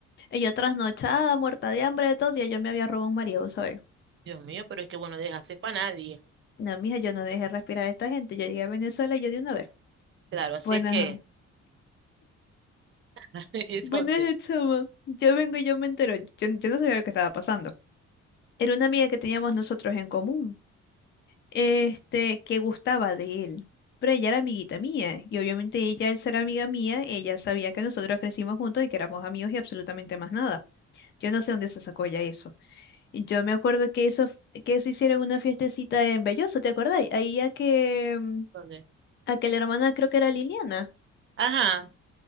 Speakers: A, on the left; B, on the right.
A: y yo trasnochada, muerta de hambre, de todo, y yo me había robado un marido, ¿sabes?
B: Dios mío, pero es que bueno, dejaste para nadie.
A: No, mija, yo no dejé respirar a esta gente. Yo llegué a Venezuela y yo de una vez.
B: Claro, así
A: Buenas,
B: es que. <laughs> Entonces,
A: buenas, chama. <laughs> Yo vengo y yo me entero. Yo, yo no sabía lo que estaba pasando. Era una amiga que teníamos nosotros en común, este, que gustaba de él. Pero ella era amiguita mía, y obviamente ella, al ser amiga mía, ella sabía que nosotros crecimos juntos y que éramos amigos y absolutamente más nada. Yo no sé dónde se sacó ella eso. Y Yo me acuerdo que eso, f- que eso hicieron una fiestecita en Belloso, ¿te acordáis? Ahí a que, mm,
B: ¿dónde?
A: a que la hermana creo que era Liliana.
B: Ajá.